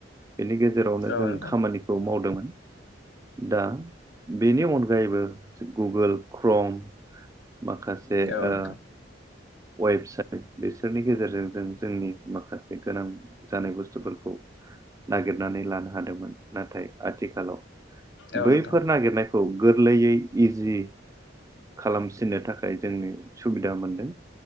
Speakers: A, on the right; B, on the left.
A: बेनि गेजेरावनो
B: औ
A: जों
B: नोंथां
A: खामानिखौ मावदोंमोन दा बेनि अन गायैबो जायबो गुगोल क्रम माखासे
B: औ
A: ओ
B: नोंथां
A: अयेबसाइट बिसोरनि गेजेरजों जों जोंनि माखासे गोनां जानाय बुस्थुफोरखौ नागिरनानै लानो हादोंमोन नाथाय आथिखालाव
B: औ
A: बैफोर
B: नोंथां
A: नागिरनायखौ गोरलैयै इजि खालामसै जोंनो थाखाय जोंनो सुबिदा मोनदों